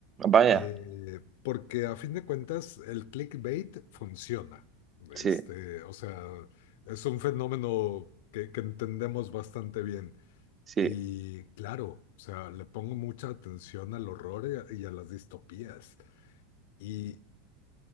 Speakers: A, on the right; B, on the left.
A: Vaya,
B: Eh, porque a fin de cuentas el clickbait funciona. Este,
A: sí,
B: o sea, es un fenómeno que, que entendemos bastante bien.
A: sí.
B: Y claro, o sea, le pongo mucha atención al horror y a, y a las distopías. Y